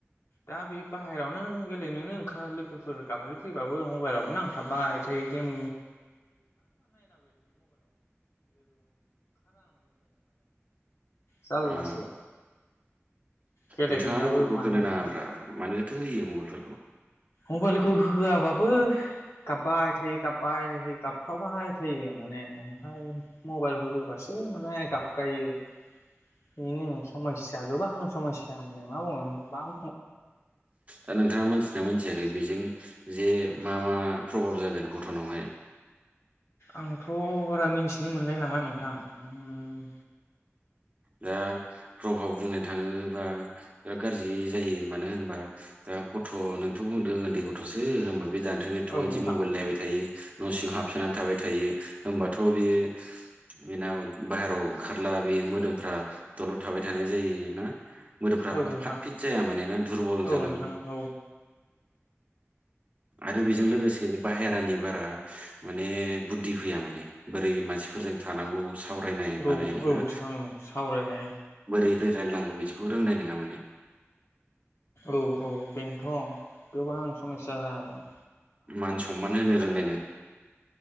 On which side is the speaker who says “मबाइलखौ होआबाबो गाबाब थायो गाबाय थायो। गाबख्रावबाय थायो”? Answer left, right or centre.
Left